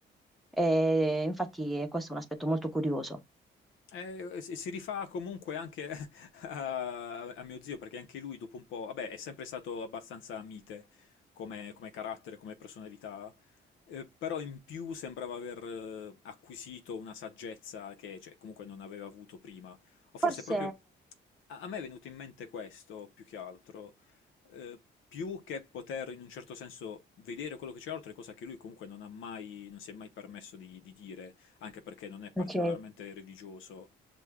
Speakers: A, in the centre; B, on the left.
A: E, infatti questo è un aspetto molto curioso.
B: Eh, si si rifà comunque anche <laughs> a, a mio zio, perché anche lui dopo un po', vabbè, è sempre stato abbastanza mite come, come carattere, come personalità, eh, però in più sembrava aver eh, acquisito una saggezza che, cioè, comunque non aveva avuto prima. O forse
A: Forse...
B: proprio a, a me è venuto in mente questo più che altro, eh, più che poter in un certo senso vedere quello che c'è oltre, cosa che lui comunque non ha mai, non si è mai permesso di di dire anche perché non è particolarmente
A: Ok,
B: religioso,